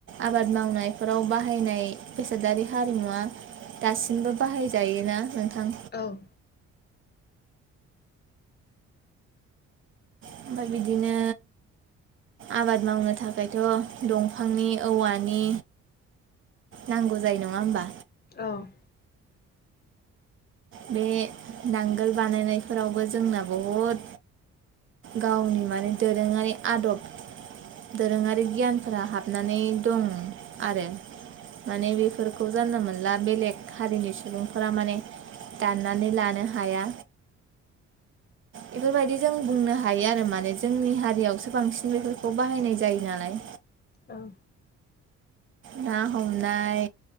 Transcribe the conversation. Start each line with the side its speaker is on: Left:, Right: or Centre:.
Right: आबाद मावनायफोराव बाहायनायो बेसादारि हारिमुवा दासिमबो बाहायजायोना नोंथां।
Left: औ
Right: ओमफ्राय बिदिनो आबाद मावनो थाखायथ' दंफांनि औवानि नांगौ जायो नङा होमबा।
Left: औ
Right: बे नांगोल बानायनायफोरावबो जोंना बहुद गावनि माने दोरोङारि आदब दोरोङारि गियानफोरा हाबनानै दं आरो। माने बेफोरखौ जानला मोनला बेलेग हारिनि सुबुंफोरा माने दाननानै लानो हाया। बेफोरबायदि जों बुंनो हायो आरो माने जोंनि हारियावसो बांसिन बेफोरखौ बाहायनाय जायो नालाय।
Left: औ
Right: ना हमनाय